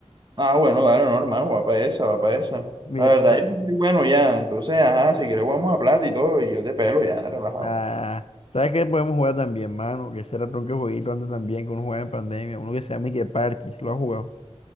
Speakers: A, on the right; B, on the left.
A: Ah, bueno, dale, no, hermano, va para esa, va para esa.
B: Mira,
A: La verdad,
B: ta-
A: yo sí soy bueno ya. Entonces, ajá, si quieres jugamos a plata y todo, y yo te pelo ya, relajado.
B: ah, ¿sabes qué podemos jugar también, mano? Que será tronque jueguito antes también, que uno jugaba en pandemia, uno que se llama Ike Parchís, ¿lo has jugado?